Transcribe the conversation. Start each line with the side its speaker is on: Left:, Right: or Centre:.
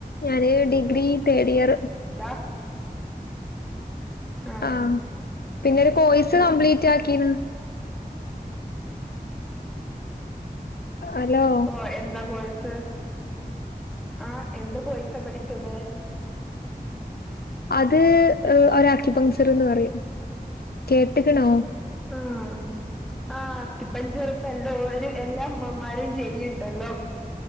Left: ഞാന് ഡിഗ്രി തേർഡ് ഇയറ്.
Centre: എന്താ ആ
Left: ആഹ് പിന്നൊരു കോഴ്സ് കംപ്ലീറ്റ് ആക്കീണ്. ഹലോ
Centre: ഓ എന്താ കോഴ്സ് ആഹ് എന്ത് കോഴ്സാ പഠിച്ചത്?
Left: അത് ഒര് അക്യൂപഞ്ചർന്ന് പറയും കേട്ടക്കണോ?
Centre: ആഹ് ആഹ് അത്തിപ്പഞ്ചെറുപ്പല്ലോ ഒരു എല്ലാം ഉമ്മമാരും ചെയ്യുണ്ടല്ലോ